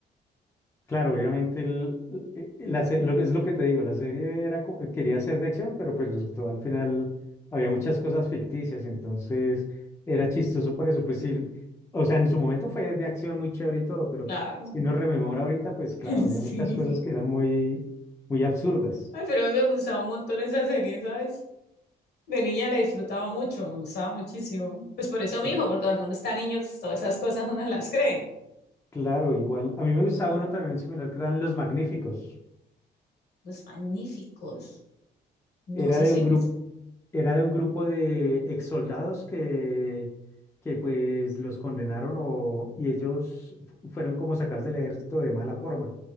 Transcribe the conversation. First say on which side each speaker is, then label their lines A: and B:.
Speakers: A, on the left; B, on the left.
A: Claro, obviamente el- eh, eh, la se- lo que es lo que te digo, la serie era, co- eh, quería ser de acción, pero pues resultó al final había muchas cosas ficticias, entonces era chistoso por eso, pues sí, o sea, en su momento fue de acción muy chévere y todo, pero
B: Claro,
A: si uno rememora ahorita, pues claro,
B: <laughs>
A: había
B: sí.
A: muchas cosas que eran muy, muy absurdas.
B: Ay, pero a mí me gustaba un montón esa serie, ¿sabes? De niña le disfrutaba mucho, me gustaba muchísimo. Pues por eso mi
A: Y
B: hijo, porque cuando uno está niño, pues, todas esas cosas uno las cree.
A: claro, igual, a mí me gustaba uno también similar que eran Los Magníficos,
B: Los magníficos. No
A: era
B: es así.
A: de un grupo
B: es-
A: Era de un grupo de ex soldados que, que pues los condenaron o, y ellos fu- fueron como sacados del ejército de mala forma.